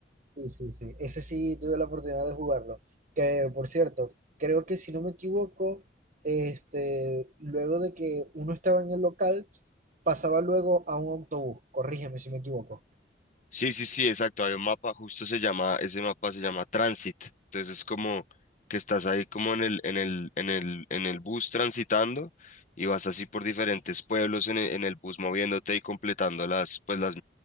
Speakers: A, on the right; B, on the left.
A: Sí, sí, sí. Ese sí tuve la oportunidad de jugarlo. Que por cierto, creo que si no me equivoco, este, luego de que uno estaba en el local, pasaba luego a un autobús. Corrígeme si me equivoco.
B: Sí, sí, sí, exacto. Hay un mapa, justo se llama, ese mapa se llama Transit. Entonces es como que estás ahí como en el, en el, en el, en el bus transitando y vas así por diferentes pueblos en el, en el bus moviéndote y completando las, pues las,